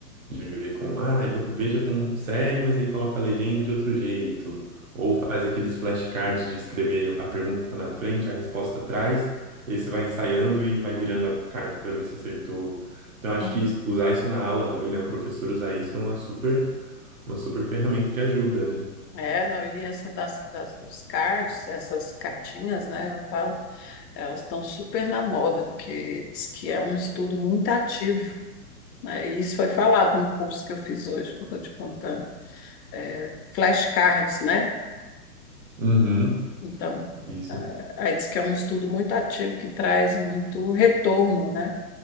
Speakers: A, on the right (about 55°); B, on the left (about 80°).
A: de ver com, ah, eu vou- veja com série, mas aí coloca a legenda de outro jeito, ou faz aqueles flashcards de escrever a pergunta na frente, a resposta atrás, e aí você vai ensaiando e vai virando a carta para ver se acertou. Então acho
B: Hum.
A: que isso- usar isso na aula também, né? O professor usar isso é uma super, uma super ferramenta que ajuda, né?
B: É, não, e essa das, das, dos cards, essas cartinhas, né, eu falo, elas estão super na moda, porque diz que é um estudo muito ativo. né? E isso foi falado no curso que eu fiz hoje, que eu estou te contando. É, flashcards, né?
A: Uhum.
B: Então,
A: Isso
B: é, aí diz que é um estudo muito ativo que traz muito retorno, né?